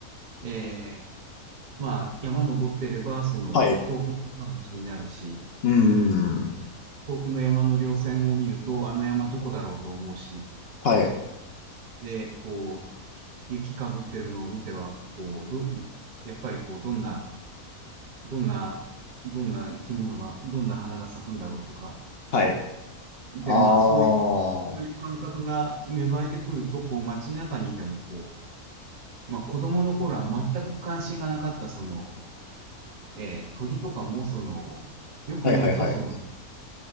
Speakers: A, on the right (about 45°); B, on the left (about 50°).
A: えー、まあ、山登ってれば、その、
B: はい。
A: 遠くの山が気になるし、
B: うーん。
A: 遠くの山の稜線を見ると、あの山どこだろうと思うし、
B: はい。
A: で、こう、雪かぶってるのを見ては、こう、ど、やっぱりこう、どんな、どんな、どんな生き物が、どんな花が咲くんだろうとか。
B: はい。
A: で、
B: ああ。
A: まあ、そういう、
B: は
A: そういう感覚が芽生えてくると、こう、街中にいても、こう、まあ、子供の頃は全く関心がなかった、その、えー鳥とかも、その、よく見ると、
B: いはいはい。
A: そ